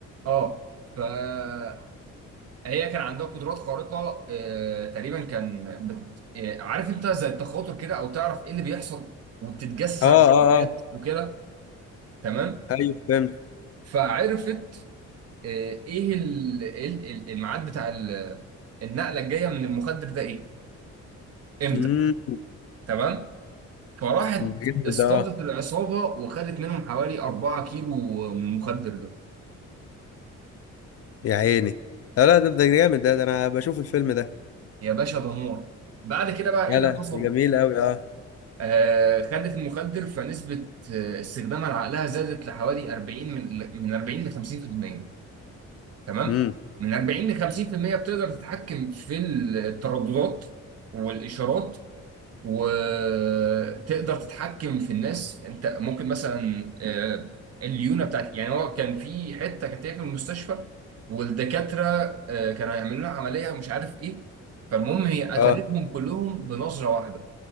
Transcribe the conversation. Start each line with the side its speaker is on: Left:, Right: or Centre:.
Right: اه فهي كان عندها قدرات خارقه آه، تقريبا كان بت... آه، عارف انت زي التخاطر كده او تعرف ايه اللي بيحصل وبتتجسس
Left: اه اه
Right: على الشبكات
Left: اه
Right: وكده تمام
Left: ايوه فهمت
Right: فعرفت آه، ايه ال- ال- ال- الميعاد بتاع ال- النقله الجايه من المخدر ده ايه امتى
Left: امم
Right: تمام فراحت
Left: جامد
Right: اصطادت
Left: ده اه
Right: العصابه وخدت منهم حوالي 4 كيلو من المخدر ده
Left: يا عيني لا لا ده ده جامد ده, ده انا بشوف الفيلم ده
Right: يا باشا دمار بعد كده بقى
Left: لا
Right: ايه اللي
Left: لا
Right: حصل
Left: ده جميل قوي اه
Right: آه خدت المخدر فنسبه آه، استخدامها لعقلها زادت لحوالي 40 من من 40 ل 50% تمام
Left: امم
Right: من 40 ل 50% بتقدر تتحكم في الترددات والاشارات وتقدر تتحكم في الناس انت ممكن مثلا آه، الليونه بتاعت يعني هو كان في حته كانت هي في المستشفى والدكاتره آه، كانوا هيعملوا لها عمليه مش عارف ايه فالمهم هي قتلتهم
Left: اه
Right: كلهم بنظره واحده